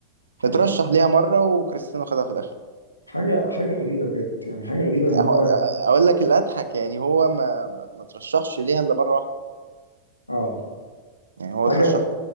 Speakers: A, on the left (about 85°); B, on the right (about 70°).
A: حاجة
B: اترشح ليها مرة وكريستيانو خدها في الآخر
A: حاجة حاجة غريبة بجد يعني حاجة غريبة ان
B: هو-
A: هو
B: آه، آه، أقول لك اللي أضحك يعني هو ما ما ما ترشحش ليها إلا مرة واحدة
A: اه
B: يعني هو
A: حاجة
B: ترشح